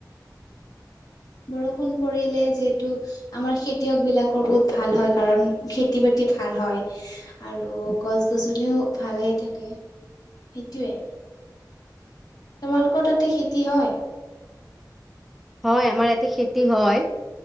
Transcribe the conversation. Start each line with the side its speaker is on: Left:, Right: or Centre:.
Left: বৰষুণ পৰিলে যিহেতু আমাৰ খেতিয়ক বিলাকৰ বহুত ভাল হয় কাৰণ খেতি বাতি ভাল হয় আৰু গছ গছনিও ভাল হৈ থাকে সেইটোৱে তোমালোকৰ তাতে খেতি হয়
Centre: হয় আমাৰ ইয়াতে খেতি হয়